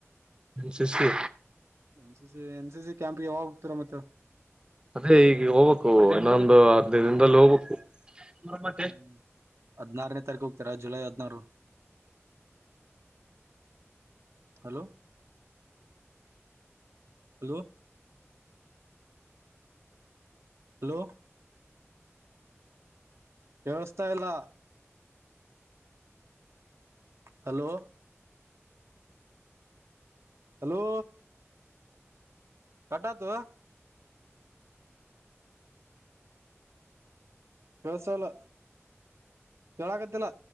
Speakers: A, on the right; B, on the right.
A: N C C
B: N C C N C C ಕ್ಯಾಂಪ್ಗೆ ಯಾವಾಗ ಹೋಗ್ತೀರಾ ಮತ್ತೆ
A: ಅದೇ ಈಗ ಹೋಗ್ಬೇಕು ಇನ್ನೊಂದು ಹದ್ನೈದು ದಿನದಲ್ಲಿ ಹೋಗ್ಬೇಕು <unintelligible>
B: ಹ್ಮ್ ಹದ್ನಾರನೇ ತಾರೀಕು ಹೋಗ್ತೀರಾ ಜುಲೈ ಹದ್ನಾರು ಹಲೋ ಹಲೋ ಹಲೋ ಕೇಳಸ್ತಾ ಇಲ್ಲ ಹಲೋ ಹಲೋ ಕಟ್ಟಾತೋ ಕೇಳಸ್ತಾ ಇಲ್ಲ ಕೇಳಕತ್ತಿಲ್ಲ